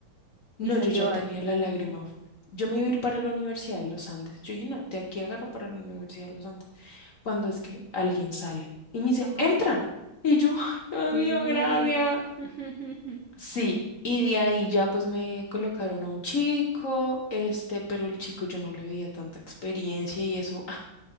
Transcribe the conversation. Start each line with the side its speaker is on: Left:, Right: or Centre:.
Left: No,
Right: Y salió
Left: yo ya tenía
Right: alguien.
Left: la lágrima afuera. Yo me iba a ir para la Universidad de los Andes. Yo dije, no, de aquí agarro para la Universidad de los Andes. Cuando es que alguien sale y me dice,
Right: Ay,
Left: entra.
Right: qué
Left: Y yo, <laughs> ay, Dios
Right: qué
Left: mío,
Right: bien.
Left: gracias.
Right: <laughs>
Left: Sí. Y de ahí ya pues me colocaron a un chico, este, pero el chico yo no le veía tanta experiencia y eso. Ah,